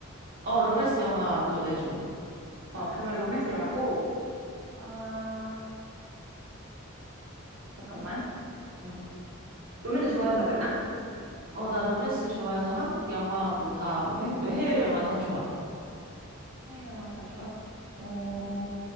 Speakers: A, on the right; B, on the right.
A: 어, 로맨스 영화 노래줘.
B: 어, 그러면 로맨스 영화고, 아, 잠깐만.
A: 응.
B: 로맨스 좋아한다고 했나?
A: 어, 나 로맨스 좋아해서 한국 영화 뭐 다, 외, 해외 영화 다 좋아.
B: 해외 영화 다 좋아? 어,